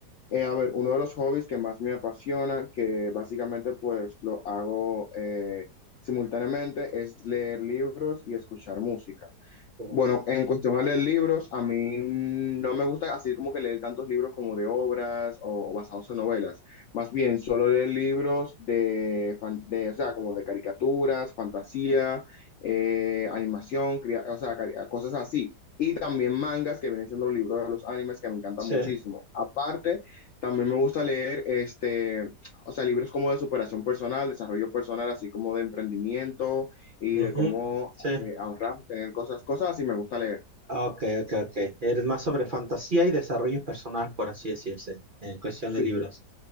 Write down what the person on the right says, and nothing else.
O-
Sí,
ujú,
sí.
Ok, ok, ok. Eres más sobre fantasía y desarrollo personal, por así decirse, en cuestión
de libros.